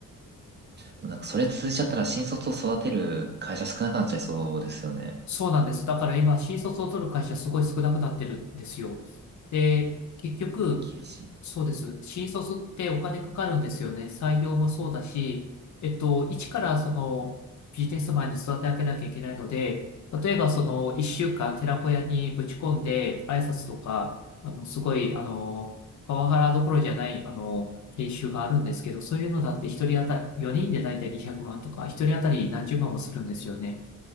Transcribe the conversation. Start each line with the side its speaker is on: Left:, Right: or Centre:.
Right: でもなんかそれ続いちゃったら新卒を育てる会社少なくなっちゃいそうですよね。
Left: そうなんです。だから今、新卒を取る会社すごい少なくなってるんですよ。で、結局、
Right: やっぱ厳しい。
Left: そうです。新卒ってお金かかるんですよね。採用もそうだし、えっと、一からそのビジネスマンに育て上げなきゃいけないので、例えばその一週間寺子屋にぶち込んで挨拶とか、あの、すごい、あの、パワハラどころじゃない、あの、研修があるんですけど、そういうのだって一人当たり、4人で大体200万とか、一人当たり何十万もするんですよね。